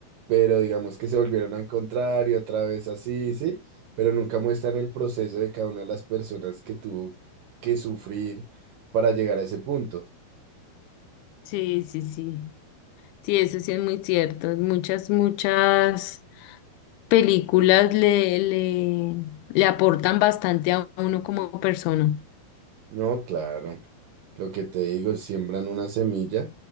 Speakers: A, on the right; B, on the left.
A: pero digamos que se volvieron a encontrar y otra vez así, sí, pero nunca muestran el proceso de cada una de las personas que tuvo que sufrir para llegar a ese punto.
B: Sí, sí, sí. Sí, eso sí es muy cierto. Muchas, muchas películas le, le, le aportan bastante a uno como persona.
A: No, claro, lo que te digo, siembran una semilla